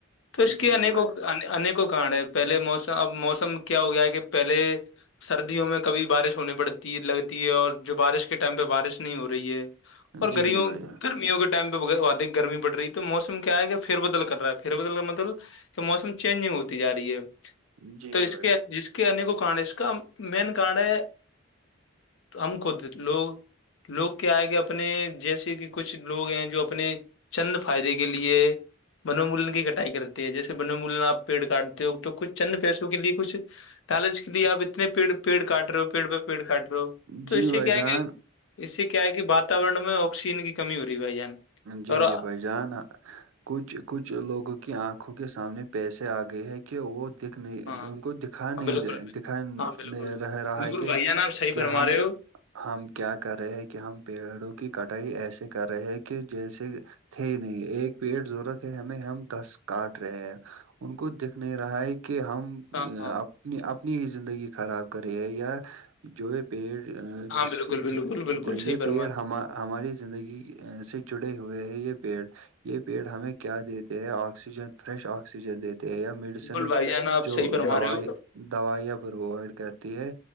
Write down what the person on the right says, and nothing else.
جی
جی بھائی
جی
جی بھائی جان
جی
جی
بھائی
جان
جی
بھائی
جان
جی
جی بھائی جان کچھ کچھ لوگوں کی آنکھوں کے سامنے پیسے آ گئے ہے کہ وہ دکھ نہیں
ان کو دکھا نہیں
دکھا
رہ رہا
ہے کہ
کیا
ہم
ہم کیا کر رہے ہیں کہ ہم پیڑوں کی کٹائی ایسے کر رہے ہیں کہ کہ جیسے تھے نہیں ایک پیڑ ضرورت ہے ہمیں ہم دس کاٹ رہے ہیں ان کو دیکھ نہیں رہا ہے کہ ہم
اپنی اپنی زندگی خراب کرے یا جو یہ پیڑ
جس
کی
ج
یہ
پیڑ
ہم ہماری زندگی سے جڑے ہوئے ہیں یہ پیڑ یہ پیڑ ہمیں کیا دیتے ہیں آکسیجن فریش آکسیجن دیتے ہیں میڈیسنز
جو
دویں
دوائیاں پرووائڈ کرتی ہے